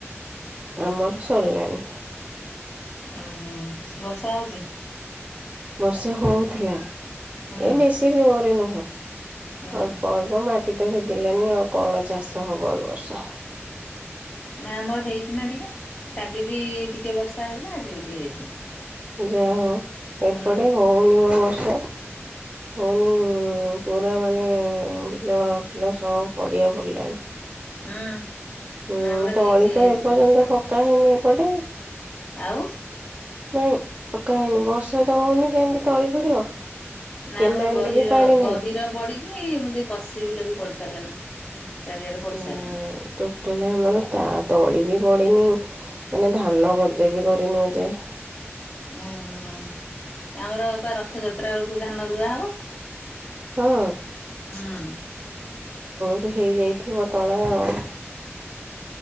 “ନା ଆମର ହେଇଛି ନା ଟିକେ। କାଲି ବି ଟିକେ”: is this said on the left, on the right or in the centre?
Left